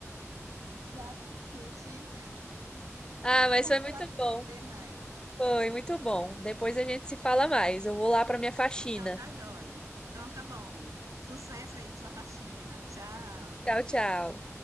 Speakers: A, on the right; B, on the left.
A: Exatamente.
B: Ah,
A: Que
B: mas
A: bom
B: foi muito
A: falar com você,
B: bom.
A: Nai.
B: Foi muito bom. Depois a gente se fala mais. Eu vou lá para minha faxina.
A: Então tá joia. Então tá bom. Sucesso aí com sua faxina. Tchau.
B: Tchau, tchau.